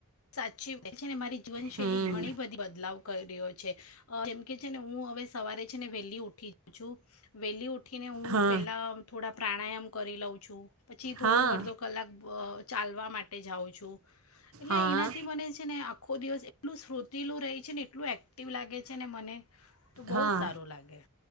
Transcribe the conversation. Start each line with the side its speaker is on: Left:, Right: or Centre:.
Left: સાચીવ છે ને. મારી જીવનશૈલી
Right: હમ
Left: ઘણી બધી બદલાવ કરેલી હોય. છે. જેમ કે છે ને હું હવે સવારે છે ને વેલી ઉઠી જઉં છું. વેલી ઉઠ ઠીને હું
Right: હા
Left: પહેલાં થોડા પ્રાણાયમ કરી લઉ છું, પછી થોઙુ
Right: હા
Left: અડધો કલાક અ ચાલવા માટે જાઉં છું. એટલે
Right: હા
Left: એનાથી મને છે ને આખો દિવસ એટલું શ્રુતીલું રહે છે ને એટલું એક્ટિવ લાગે છે ને મને તો બોવ
Right: હા
Left: જ સારું લાગે.